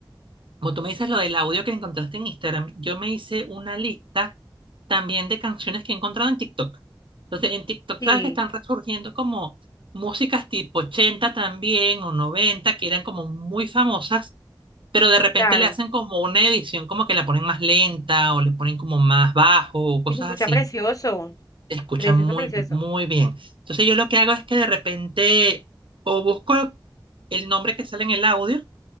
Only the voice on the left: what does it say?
Sí,
claro.
Y se escucha
precioso.
Precioso,
precioso.